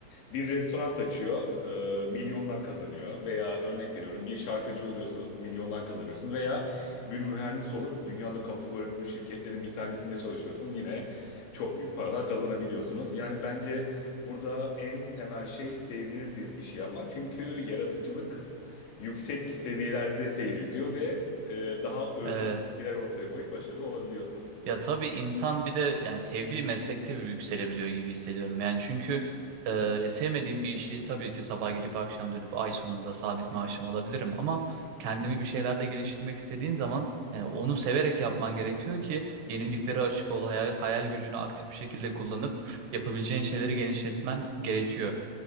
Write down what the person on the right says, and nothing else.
Evet.
Ya tabii insan bir de yani sevdiği meslekte bir yükselebiliyor gibi hissediyorum. Yani çünkü e, ya sevmediğim bir işi tabii ki sabah gidip akşam dönüp ay sonunda sabit maaşımı alabilirim. Ama kendimi bir şeylerde geliştirmek istediğin zaman yani onu severek yapman gerekiyor ki yeniliklere açık ol, hayal, hayal gücünü aktif bir şekilde kullanıp yapabileceğin şeyleri genişletmen gerekiyor.